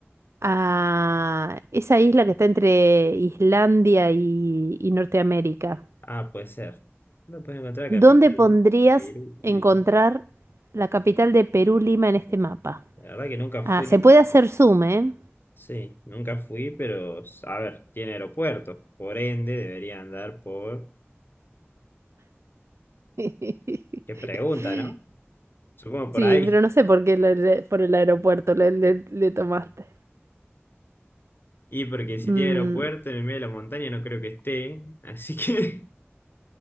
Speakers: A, on the right; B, on the left.
A: a esa isla que está entre Islandia y, y Norteamérica.
B: Ah, puede ser. No puedes encontrar
A: ¿Dónde
B: la capital
A: pondrías
B: de Perú,
A: encontrar
B: Lima.
A: la capital de Perú, Lima, en este mapa?
B: La verdad que nunca
A: Ah,
B: fui.
A: se puede hacer zoom, ¿eh?
B: Sí, nunca fui, pero a ver, tiene aeropuerto. Por ende, debería andar por.
A: <laughs>
B: Qué pregunta, ¿no? Supongo
A: Sí,
B: por ahí.
A: pero no sé por qué le- le- por el aeropuerto le, le- le tomaste.
B: Y porque si
A: Mm,
B: tiene aeropuerto en el medio de la montaña, no creo que esté. Así que